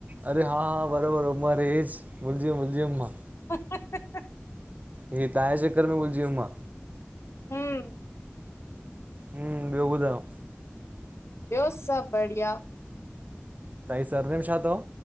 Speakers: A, on the right; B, on the left.
A: अरे! हा, हा ॿरोॿर उमर ऐज भुलिॼीयुम भुलिॼीयुम मां।
B: ह ह
A: हे तांजे चक्कर में भुलजी वियुम मां।
B: हम्म
A: हम्म, ॿियो ॿुधायो?
B: ॿियो सभ बढ़िया।
A: तांजी सरनेम छा तव?